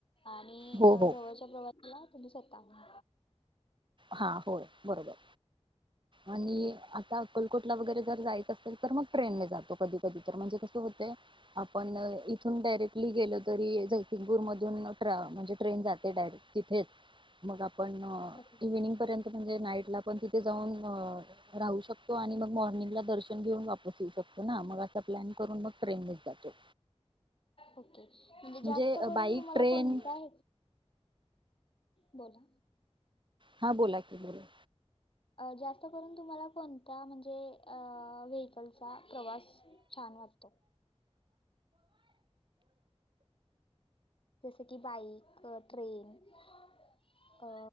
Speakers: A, on the left (about 55°); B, on the right (about 50°).
A: आणि
B: हो हो
A: जवळच्या प्रवासाला आणि सत्तावन
B: हा होय बरोबर आणि
A: ओके
B: आता अक्कलकोटला वगैरे जर जायच असेल तर म ट्रेने जातो कधी कधी तर म्हणजे कसं होतय आपण इथून डायरेक्टली गेलो तरी जगसिंगपूर मधून आच्छा म्हणजे ट्रेन जाते डायरेक्ट तिथेच मग आपण
A: ओके
B: इव्हनिंग पर्यंत म्हणजे नाईटला पण तिथे जाऊन राहू शकतो आणि मग मॉर्निंगला दर्शन घेऊन वापरत त <inaudible> मग प्लॅन करून मग ट्रेननेच जातो
A: ओक म्हणजे जास्त
B: म्हणजे
A: करून
B: बाईक
A: तुम्हाला
B: ट्रेन
A: कोणता हे बोला
B: हा बोला की बोला
A: जास्त करून तुम्हाला कोणत्या म्हणजे व्हीकलचा प्रवास छान वाटतो जस की बाईक ट्रेन अ